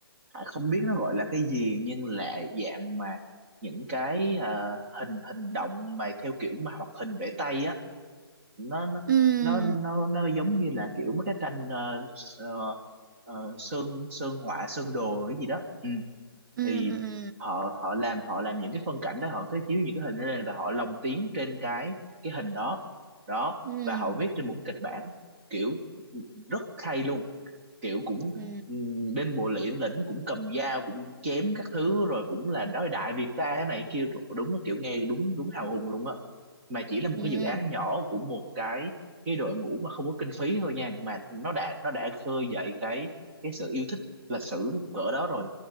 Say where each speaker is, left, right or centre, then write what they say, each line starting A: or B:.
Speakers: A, on the right (about 30°); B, on the right (about 50°).
A: Hải không biết nó gọi là cái gì nhưng là dạng mà những cái ờ, hình hình động mà theo kiểu mà hoạt hình vẽ tay á nó nó
B: ừ
A: nó nó nó giống như là kiểu mấy cái tranh ờ, ờ, ờ, sơn sơn họa sơn đồ cái gì đó ừ.
B: ừ
A: thì
B: ừ ừ
A: họ họ làm họ làm những cái phân cảnh đó họ cứ chiếu những cái hình đó lên và họ lồng tiếng trên cái cái hình đó đó
B: ừ.
A: và họ viết trên một cái kịch bản kiểu ừ, rất hay luôn kiểu cũng
B: Ừ,
A: ừm, bên bộ liễn lĩnh cũng cầm dao cũng chém các thứ rồi cũng là nói đại Việt ta thế này kia đúng là kiểu nghe đúng đúng hào hùng luôn á mà chỉ là một
B: ừ,
A: cái dự án nhỏ của một cái cái đội ngũ mà không có kinh phí thôi nha mà nó đã nó đã khơi dậy cái cái sự yêu thích lịch sử cỡ đó rồi